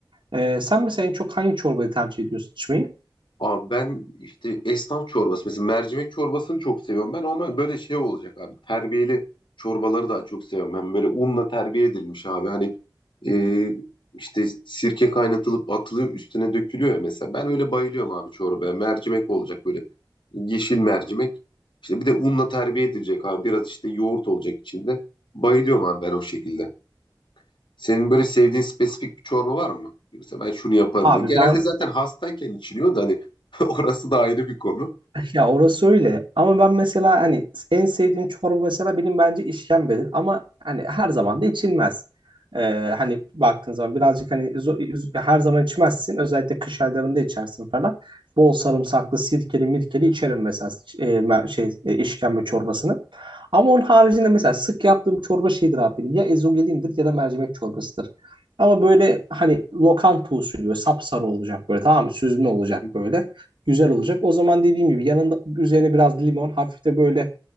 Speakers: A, on the right; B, on the left.
A: Ee, sen mesela en çok hangi çorbayı tercih ediyorsun içmeyi?
B: Abi ben işte esnaf çorbası mesela mercimek çorbasını çok seviyorum ben ama böyle şey olacak abi terbiyeli çorbaları daha çok seviyorum ben böyle unla terbiye edilmiş abi hani e, işte sirke kaynatılıp atılıyor üstüne dökülüyor ya mesela ben öyle bayılıyorum abi çorbaya mercimek olacak böyle yeşil mercimek işte bir de unla terbiye edilecek abi biraz işte yoğurt olacak içinde bayılıyorum abi ben o şekilde. Senin böyle sevdiğin spesifik bir çorba var mı? Mesela ben şunu yaparım.
A: Abi
B: diye. Genelde
A: ben
B: zaten hastayken içiliyor da hani <laughs> orası da ayrı bir konu.
A: Ya orası öyle ama ben mesela hani en sevdiğim çorba mesela benim bence işkembedir ama hani her zaman da içilmez. Ee, hani baktığın zaman birazcık hani zo- her zaman içmezsin özellikle kış aylarında içersin falan. Bol sarımsaklı sirkeli mirkeli içerim mesela e, mer- şey e, işkembe çorbasını. Ama onun haricinde mesela sık yaptığım çorba şeydir abi benim ya ezogelindir ya da mercimek çorbasıdır. Ama böyle hani lokanta usulü böyle sapsarı olacak böyle tamam mı süzme olacak
B: Hı hı,
A: böyle güzel olacak. O zaman dediğim gibi yanında üzerine biraz limon, hafif de böyle